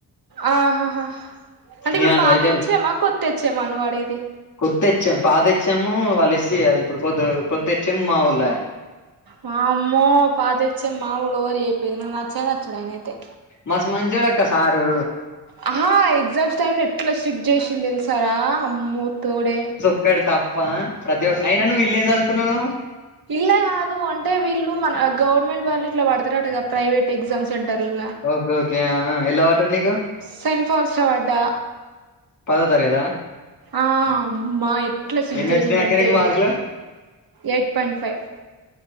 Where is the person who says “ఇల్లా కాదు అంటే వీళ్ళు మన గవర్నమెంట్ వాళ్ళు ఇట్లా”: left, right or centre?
Right